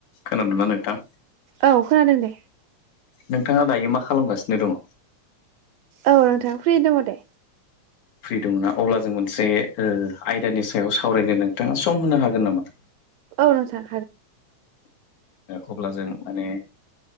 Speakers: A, on the left; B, on the right.
A: खोनादों ना नोंथां?
B: औ खोनादों दे
A: नोंथाङा दायो मा खालामगासिनो दङ?
B: औ नोंथां फ्रियै दङ दे।
A: फ्रि दंना? अब्ला जों मोनसे आयदानि सायाव सावरायनो नोंथाङा सम होनो हागोन नामा?
B: औ र सार
A: अब्ला जों माने